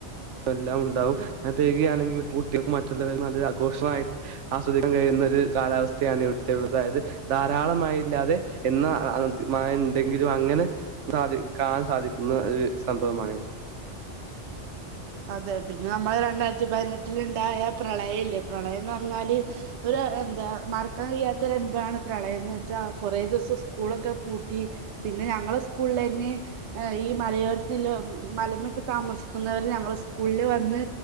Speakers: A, on the right; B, on the right.
A: എല്ലാം ഉണ്ടാവും മഴ പെയ്യുകയാണെങ്കിൽ കൂട്ടികൾക്ക് മറ്റുള്ളവരെ നല്ലതാക്കൂഷ്മായി ആസ്വദിക്കാൻ കഴിയുന്ന ഒര് സാലാവസ്ഥയാണ് ഇവിട്ത്തെ ഉള്ള അതായത് ധാരാളമായി ഇല്ലാതെ എന്ന അഹ് അഹ് ത്ത് മഴെണ്ടെങ്കിലും അങ്ങനെ സാധി കാണാൻ സാധിക്കുന്ന ഒരു സംഭവമാണിവടെ
B: അതെ പിന്നെ നമ്മളരണ്ടായിരത്തി പതിനെട്ടില്ണ്ടായ പ്രളയ ഇല്ലേ പ്രളയംന്ന് പർഞ്ഞാല് ഒരു എന്താ മർക്കാൻ കഴിയാത്ത ഒരൻഭവാണ് പ്രളയംന്ന് വെച്ചാ കൊറെ ദീസം സ്കൂളൊക്കെ പൂട്ടി പിന്നെ ഞങ്ങള സ്കൂൾലന്നെ എഹ് ഈ മലയോരത്തിലും മലമൊക്കെ താമസിക്കുന്നവര് ഞങ്ങള് സ്കൂൾല് വന്ന്